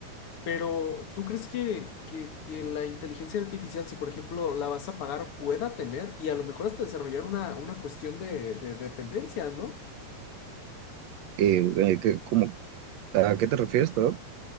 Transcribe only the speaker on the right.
Eh, eh, que- como- ¿a qué te refieres, perdón?